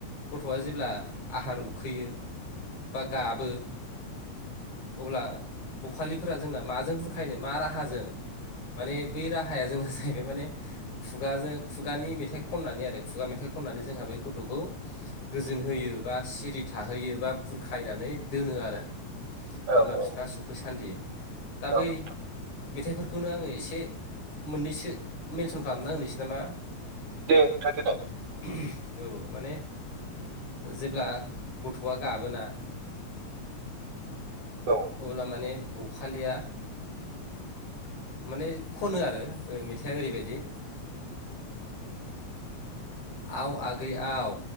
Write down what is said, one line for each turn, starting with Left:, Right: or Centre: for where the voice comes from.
Left: गथ'आ जेब्ला आहार उखैयो बा, गाबो। अब्ला, बखालिफोरा जोंना माजों बुरखायनो मा राहाजों? माने बै राहाया जोंना जाहैबाय माने, खुगाजों खुगानि मेथाइ खननानै आरो खुगा मेथाइ खननानै जोंहा गद गथ'खौ गोजोन होयो बा, सिरि थाहोयो बा, बुरखायनानै दोनो आरो।
Right: औ
Left: बिमा बिफा
Right: औ
Left: सफैसान्दि दा
Right: औ
Left: बै
Right: नोंथां
Left: मेथाइफोरखौनो आङो एसे मोननैसो मेनसन खालामना होनोसै नामा?
Right: दे नोथां देनाय
Left: <unintelligible> औ माने, जेब्ला गथ'आ गाबोना?
Right: औ
Left: अब्ला माने बखालिया, माने खनो आरो मेथाइआ ओरैबायदि, आव आगै आव